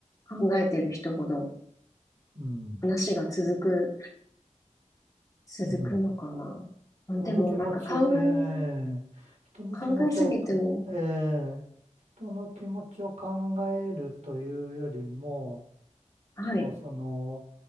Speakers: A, on the left; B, on the right.
A: 考えてる人ほど
B: うん。
A: 話が続く、続くのかな。
B: うん。
A: うんでも、
B: 人の気持ち、
A: なんか考え、
B: ええ人の気持ちを、
A: 考えすぎても、
B: ええ人の気持ちを考えるというよりも、
A: はい。
B: まあその、